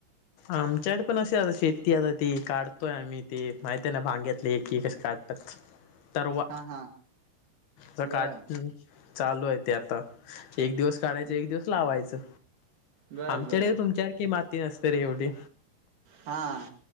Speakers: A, on the left (about 75°); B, on the right (about 55°).
A: आमच्याकडे पण अ <unintelligible> शेती आता ती, काढतोय आम्ही ते माहित आहे ना भांग्यातले की कस काढ <unintelligible> तरवा
B: हा हा
A: च
B: बर
A: काट <unintelligible> चालू आय ते आता, एक दिवस काढायचं
B: हम्म
A: एक दिवस लावायचं
B: बर
A: आमच्याकडे
B: बर
A: तुमच्या सारखी माती नसते रे एवढी
B: हा.